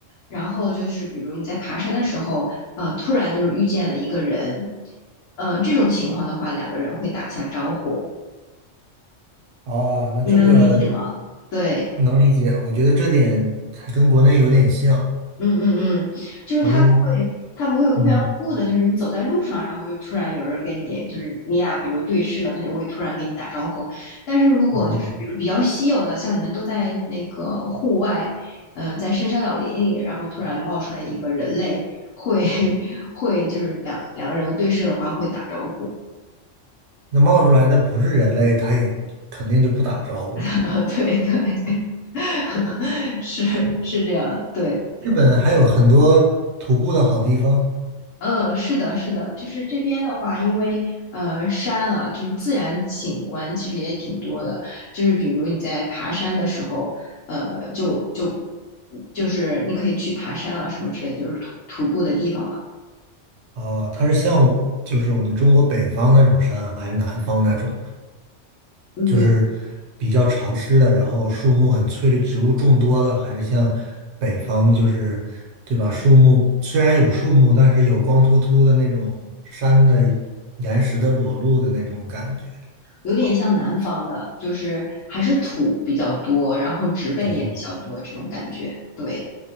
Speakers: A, on the left; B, on the right.
A: 然后就是比如你在爬山的时候，呃，突然就是遇见了一个人，呃，这种情况的话，两个人会打一下招呼，
B: 哦，那这个
A: 你能理解吗？对，
B: 能理解，我觉得这点还跟国内有点像，
A: 嗯嗯嗯，就是他不会，
B: 好像
A: 他不会无缘无故的，
B: 嗯
A: 就是你走在路上，然后就突然有人跟你，就是你俩比如对视了，他就会突然跟你打招呼。但是如果就是比如比较稀有的，
B: 哦，
A: 像你们都在那个户外，呃，在深山老林里，然后突然冒出来一个人类，会 <laughs> 会就是两两个人对视的话会打招呼。
B: 那冒出来的不是人类，他也肯定就不打招呼了。
A: <laughs> 对对，<laughs> 是是这样，对。
B: 日本还有很多徒步的好地方。
A: 呃，是的，是的，就是这边的话，因为呃山啊，就是自然景观其实也挺多的，就是比如你在爬山的时候，呃，就就就是你可以去爬山啊什么之类，就是徒徒步的地方嘛。
B: 啊，它是像我就是我们中国北方那种山啊，还是南方那种，
A: 嗯，
B: 就是比较潮湿的，然后树木很翠绿，植物众多的，还是像北方就是对吧？树木虽然有树木，但是有光秃秃的那种山的岩石的裸露的那种感觉。
A: 有点像南方的，就是还是土比较多，然后植被也比较多这种感觉。
B: 嗯，
A: 对。